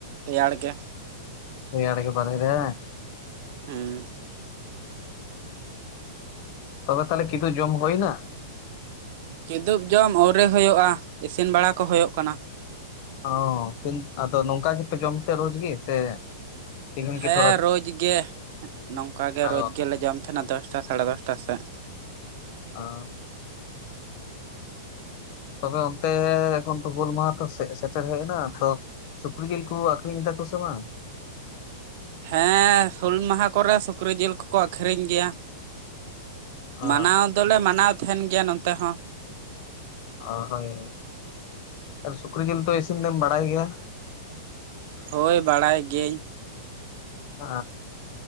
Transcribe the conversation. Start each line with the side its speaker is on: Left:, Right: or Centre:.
Right: ᱨᱮᱭᱟᱲ ᱜᱮ
Left: ᱨᱮᱭᱟᱲ ᱜᱮ ᱵᱟᱦᱨᱮ ᱨᱮ
Right: ᱦᱮᱸ
Left: ᱛᱚᱵᱮ ᱛᱟᱦᱞᱮ ᱠᱤᱫᱩᱵ ᱡᱚᱢ ᱦᱩᱭᱮᱱᱟ
Right: ᱠᱤᱫᱩᱵ ᱡᱚᱢ ᱟᱹᱣᱨᱤ ᱦᱩᱭᱩᱜᱼᱟ ᱤᱥᱤᱱ ᱵᱟᱲᱟ ᱠᱚ ᱦᱩᱭᱩᱜ ᱠᱟᱱᱟ᱾
Left: ᱚ ᱟᱫᱚ ᱱᱚᱝᱠᱟ ᱜᱮᱯᱮ ᱡᱚᱢ ᱛᱮ ᱨᱳᱡᱽ ᱜᱮ ᱥᱮ ᱛᱤᱦᱤᱧ
Right: ᱦᱮᱸ
Left: ᱜᱮ ᱛᱷᱚᱲᱟ
Right: ᱨᱳᱡᱽ ᱜᱮ ᱱᱚᱝᱠᱟ ᱜᱮ
Left: ᱚ
Right: ᱨᱳᱡᱽ ᱜᱮᱞᱮ ᱡᱚᱢ ᱛᱟᱦᱮᱸᱱᱟ ᱫᱚᱥᱴᱟ ᱥᱟᱲᱮ ᱫᱚᱥᱴᱟ ᱥᱮᱫ
Left: ᱚ ᱛᱚᱵᱮ ᱚᱱᱛᱮ ᱮᱠᱷᱚᱱ ᱦᱩᱞ ᱢᱟᱦᱟᱸ ᱛᱚ ᱥᱮᱴᱮᱨ ᱦᱮᱡᱽ ᱮᱱᱟ ᱛᱚ ᱥᱩᱠᱨᱤ ᱡᱤᱞ ᱠᱚ ᱟᱹᱠᱷᱨᱤᱧ ᱫᱟᱠᱚ ᱥᱮ ᱵᱟᱝ?
Right: ᱦᱮᱸ ᱦᱩᱞ ᱢᱟᱦᱟᱸ ᱠᱚᱨᱮ ᱥᱩᱠᱨᱤ ᱡᱤᱞ ᱠᱚᱠᱚ ᱟᱹᱠᱷᱨᱤᱧ ᱜᱮᱭᱟ
Left: ᱚ
Right: ᱢᱟᱱᱟᱣ ᱫᱚᱞᱮ ᱢᱟᱱᱟᱣ ᱛᱟᱦᱮᱸᱱ ᱜᱮᱭᱟ ᱱᱚᱛᱮ ᱦᱚᱸ
Left: ᱚ ᱦᱳᱭ ᱥᱩᱠᱨᱤ ᱡᱤᱞ ᱫᱚ ᱤᱥᱤᱱ ᱫᱚᱢ ᱵᱟᱲᱟᱭ ᱜᱮᱭᱟ
Right: ᱦᱳᱭ ᱵᱟᱲᱟᱭ ᱜᱤᱭᱟᱹᱧ
Left: ᱚ